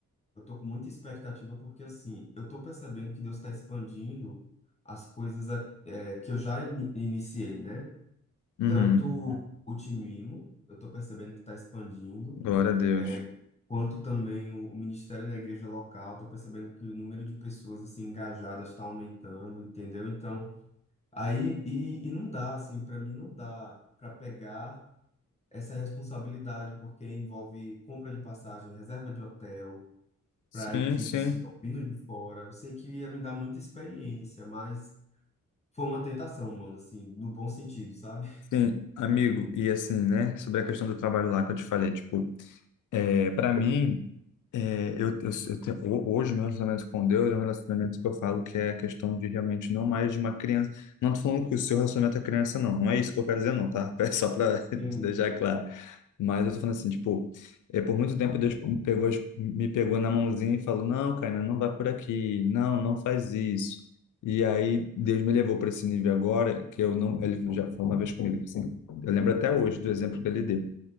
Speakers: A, on the left; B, on the left.
A: Eu tô com muita expectativa porque, assim, eu tô percebendo que Deus está expandindo as coisas a- eh, que eu já ini- iniciei, né?
B: Uhum.
A: Tanto o Timimo, eu tô percebendo que está expandindo,
B: Glória a Deus.
A: eh, quanto também o, o ministério na igreja local, tô percebendo que o número de pessoas, assim, engajadas está aumentando, entendeu? Então, aí, e, e não dá, assim, para mim não dá para pegar essa responsabilidade, porque envolve compra de passagem, reserva de hotel,
B: Sim,
A: para equipes
B: sim.
A: que estão vindo de fora. Eu sei que ia me dar muita experiência, mas foi uma tentação, mano, assim, no bom sentido, sabe?
B: Sim, amigo, e assim, né, sobre a questão do trabalho lá que eu te falei, tipo, é, para mim, é, eu, eu, eu tenho, ho- hoje meu relacionamento com Deus é um relacionamento que eu falo que é a questão de realmente não mais de uma criança. Não tô falando que o seu relacionamento é criança, não. Não é isso que eu quero dizer, não, tá? <laughs> É só para <laughs> te
A: Sim.
B: deixar claro. Mas eu tô falando assim, tipo, é, por muito tempo Deus me pegou, as- me pegou na mãozinha e falou, não, Caína, não vai por aqui. Não, não faz isso. E aí Deus me levou para esse nível agora que eu não. Ele já falou uma vez comigo, assim, eu lembro até hoje do exemplo que ele deu.